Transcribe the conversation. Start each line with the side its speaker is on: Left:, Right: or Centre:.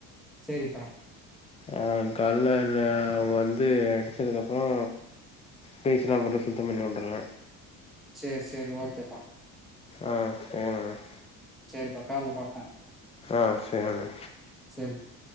Centre: சரிப்பா
Left: ஆஹ் கல்லன் ஹ அவங்க வந்து அடிச்சத்துக்கப்றோ பீஸ்ல போட்டு சுத்த பண்ணிவுட்டுற
Centre: சரி சரி ஓகேப்பா
Left: ஆஹ் <unintelligible>
Centre: சரிப்பா கால்ல பாப்பேன்
Left: ஆஹ் சரினா
Centre: சரிப்பா